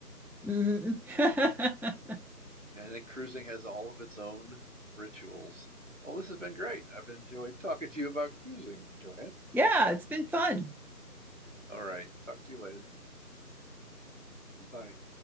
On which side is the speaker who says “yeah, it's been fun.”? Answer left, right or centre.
Centre